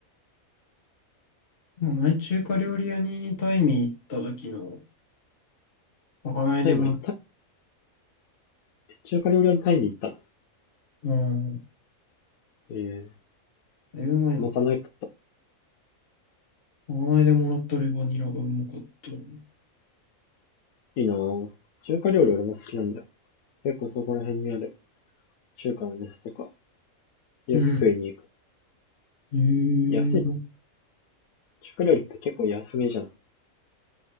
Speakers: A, on the left (about 45°); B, on the left (about 85°).
A: まあ、前中華料理屋にタイミー行った時の、まかないでもら、
B: タイも行った中華料理屋のタイに行ったの。
A: うん、
B: ええ
A: だいぶ前だけ
B: まかない食っ
A: ど、まかないでもらったレバニラがうまかったな。
B: いいなぁ。中華料理俺も好きなんだよ。結構そこら辺にある中華の店とか、よく食いに行く。
A: うん。へえ
B: 安い。中華料理って結構安めじゃん。